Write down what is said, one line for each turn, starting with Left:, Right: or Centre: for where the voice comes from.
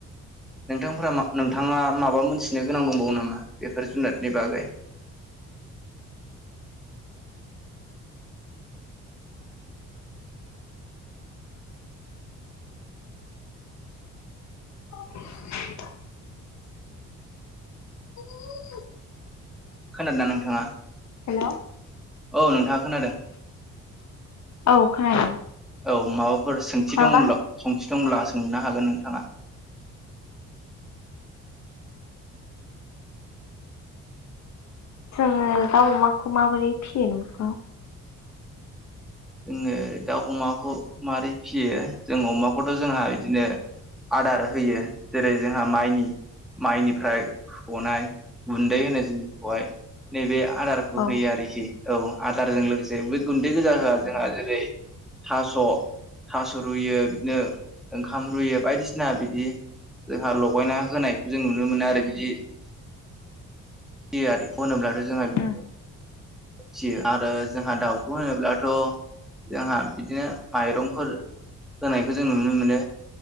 Centre: नोंथांफोरा नोंथाङा माबा मोनथिनो गोनां दंबावो नामा? बेफोर जुनादनि बागै
Left: <inaudible> <unintelligible>
Centre: खोनादोंना नोंथाङा?
Left: हेलौ
Centre: औ नोंथां खोनादों
Left: औ खोनादों
Centre: <inaudible> सोंथि
Left: माबा
Centre: दंब्ला सोंनो हागोन नोंथाङा।
Left: जोङो दाउ अमाखौ माबोरै फियो न'खराव?
Centre: जोङो दाउ अमाखौ मारै फियो जों अमाखौथ' जोंहा बिदिनो आदार होयो जेरै जोंहा माइनि माइनिफ्राय गनाय गुन्दै होनो जायखौहाय नैबे आदार होयो
Left: औ
Centre: आरोखि औ आदारजों लोगोसे बे गुन्दै गोजा होआ जोंहा जेरै थास' थास' रुयो बिदिनो ओंखाम रूयो बायदिसिना बिदि जोंहा लगायना होनायखौ जों नुनो मोनो आरो बिदि थियारि होनोब्लाथ' जोंहा बि
Left: उम
Centre: फिसियो आरो जोंहा दाउखौ होनोब्लाथ' जोंहा बिदिनो माइरंफोर होनायखौ जों नुनो मोनो